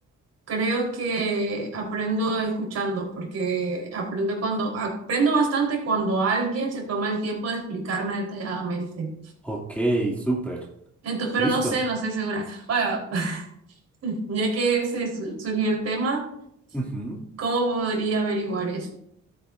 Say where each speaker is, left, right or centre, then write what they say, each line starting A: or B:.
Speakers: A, on the right; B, in the centre.
A: Creo que aprendo escuchando, porque aprendo cuando aprendo bastante cuando alguien se toma el tiempo de explicarme detalladamente.
B: ok, súper.
A: Ento- pero
B: Listo.
A: no sé, no estoy segura. Bueno, <laughs> ya que se su- surgió el tema
B: Ujú.
A: ¿Cómo podría averiguar eso?